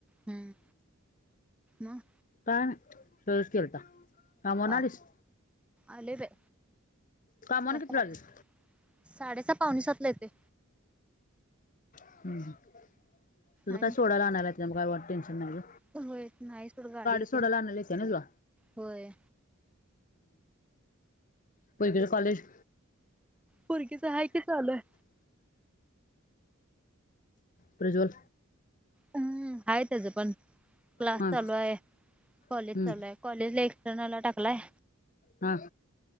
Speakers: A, in the centre; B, on the left.
A: हम्म मग
B: काय नाही सहज केलता, कामावरन आलीस.
A: आ आले बाय,
B: कामावरून
A: सातलाच
B: कितीला आलीस
A: साडेसाहा पावणेसातला येतोय.
B: हम्म तुझं
A: आणि
B: काय सोडायला आणला येतंय मग काय टेन्शन नाही
A: होय सोड नाही गाडी येत्या
B: सोडायला आणायला येत्या ना तुला
A: होय.
B: पोरगीचं कॉलेज.
A: पोरगीचं हाय की चालू आहे.
B: प्रज्वल.
A: हम्म आहे त्याच पण क्लास
B: हां
A: चालू आहे कॉलेज
B: हम्म
A: चालू आहे. कॉलेज ला एक्सटर्नला टाकलाय.
B: हा